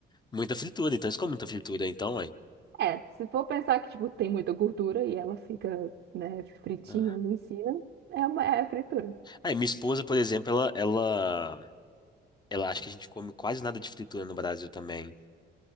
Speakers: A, on the left (about 20°); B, on the right (about 70°).
A: muita fritura. Então, eles comem muita fritura, então, ué.
B: É, se for pensar que, tipo, tem muita gordura e ela fica, né, fritinha
A: Ah.
B: ali em cima, é uma é fritura.
A: Aí, minha esposa, por exemplo, ela, ela, ela acha que a gente come quase nada de fritura no Brasil também.